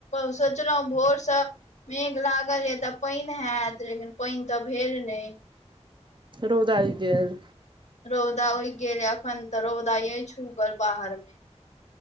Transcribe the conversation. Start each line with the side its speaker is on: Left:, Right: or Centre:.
Left: सोचलहुँ भोरसँ। मेघ लागल अछि तऽ पानि हेतै, लेकिन पानि तऽ भेल नहि।
Right: रौदा ऊइग गेल?
Left: रौदा ऊगी गेलै अखन तऽ रौदा ई छै बाहरमे।